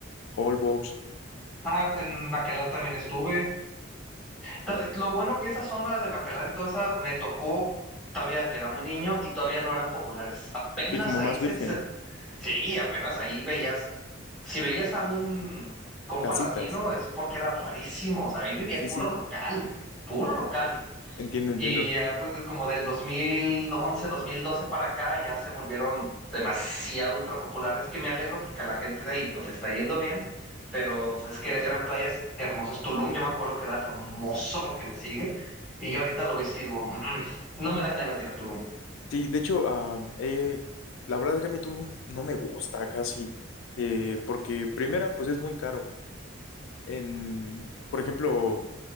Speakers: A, on the left; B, in the centre.
A: Holbox,
B: Ah, en Bacalar también estuve. T- Lo bueno que esa zona de Bacalar y toda esa me tocó, todavía era muy niño y todavía no eran populares. Apenas
A: sí, como
B: ahí
A: más
B: se,
A: virgen,
B: se- Sí, apenas ahí veías... Si veías a un compa
A: casitas,
B: latino es porque era rarísimo, o sea, ahí vivía
A: sí,
B: puro
A: sí,
B: local, puro local.
A: entiendo, entiendo.
B: Y ya pues de- como del 2011, 2012 para acá ya se volvieron demasiado ultra populares que me alegro porque a la gente de ahí pues le está yendo bien, pero pues es que eran playas hermosas. Tulum yo me acuerdo que era hermoso lo que le sigue y yo ahorita lo veo y sigo, "Mm, no me dan ganas de ir a Tulum,
A: Sí, de hecho, ah, eh, la verdad es que a mí Tulum no me gusta casi, eh, porque primera, pues es muy caro. En, por ejemplo,